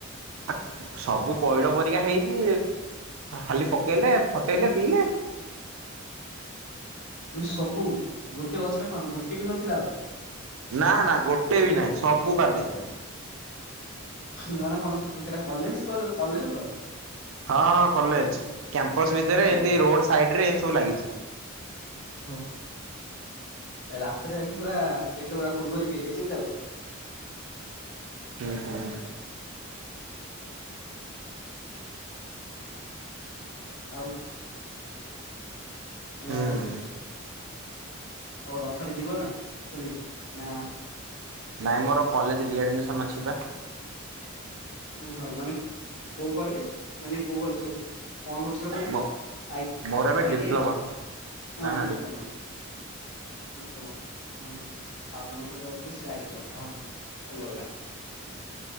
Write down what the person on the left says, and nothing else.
ପୁଣି ସବୁ ଗୋଟିଏ ଗଛରେ ଗୋଟେ ବି ନଥିଲା ଆଉ।
ହୁଁ ମାନେ କଣ ସେଟା କଲେଜ୍ କଲେଜ୍ ର
ଓହୋ
ହଁ। ରାତିରେ ଯାଇକି ପୁରା ପେଟ ପୁରା ଫୁଲ କରିକି ପିଇ ଦେଇଛନ୍ତି ଆଉ।
ଆଉ ମାନେ
ଆଉ ରଥରେ ଯିବ ନା ପୁରୀ ନା
ଉୁଁ ହଉ ମାନେ କୋଉ କଲେଜ ମାନେ କୋଉ କଲେଜି କହୁଛି। କଣ କରୁଥିଲ ତମେ
ଆଇଟି
ଆଇଟି
ଆଇ ଟି ଆଇ ପା
ହଁ
ଡିପ୍ଲୋମା। ହୁଁ ହୁଁ ଆଉ ଜଣଙ୍କ ସହିତ କରୁଥିଲେ ସେ ଆଇ ଟି ଆଇ କରୁଥିଲା ହଉ ଭଲ ହେଲା।